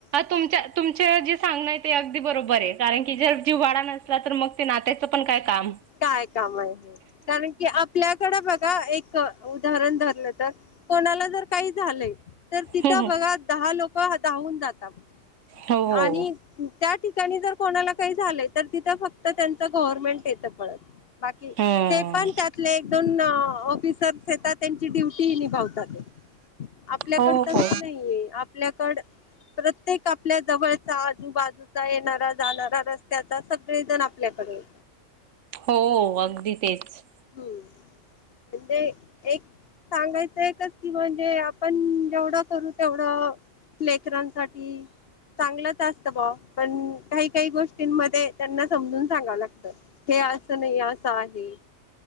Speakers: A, on the right; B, on the left.
A: तुमच्या तुमच जे सांगणं आहे ते अगदी बरोबर आहे कारण की जर जीवाळा नसला तर मग. नात्याचं पण काय काम..
B: काय काम आहे हे कारण की आपल्याकड बघा एक उदाहरण धरलं तर.. कोणाला... काय झालय तिथ
A: हो
B: बघा दहा लोक... हो धावून जातात..
A: हो
B: आणि त्या... ठिकाणी जर कोणाला काही झालंय तर तिथं फक्त त्यांच गव्हर्नमेंट येतं. पळत. बाकी
A: हम्म
B: ते पण त्यातले एक दोन ऑफिसरस येतात त्यांची ड्युटीही निभावतात आहेत आपल्याकड
A: हो
B: तस
A: हो
B: नाहीये आपल्याकड.... प्रत्येक आपल्या जवळचा आजूबाजूचा येणारा जाणारा रस्त्याचा सगळेजण आपल्याकडे
A: हो अगदी तेच
B: म्हणजे एक सांगायचं एकच कि म्हणजे आपण जेवढं करू तेवढं लेकरांसाठी चांगलंच असतं बा पण काही -काही गोष्टींमध्ये त्यांना समजून सांगाव लागत हे असं नाही असं आहे.